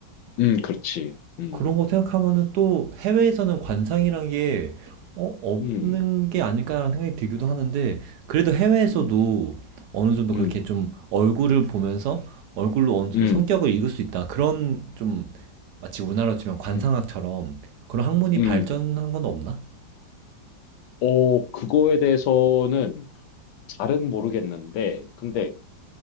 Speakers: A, on the left; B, on the right.
A: 음, 그렇지. 음,
B: 그런 거 생각하면은 또 해외에서는 관상이란 게 어, 없는
A: 음,
B: 게 아닐까라는 생각이 들기도 하는데 그래도 해외에서도
A: 음,
B: 어느 정도
A: 음,
B: 그렇게 좀 얼굴을 보면서 얼굴로 어느 정도
A: 음,
B: 성격을 읽을 수 있다. 그런 좀 마치 우리나라로 치면 관상학처럼
A: 음,
B: 그런 학문이
A: 음.
B: 발전한 건 없나?
A: 어, 그거에 대해서는 잘은 모르겠는데, 근데